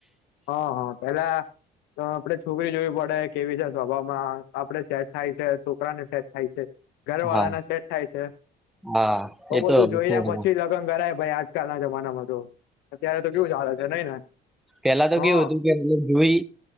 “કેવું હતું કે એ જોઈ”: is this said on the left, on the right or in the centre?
Centre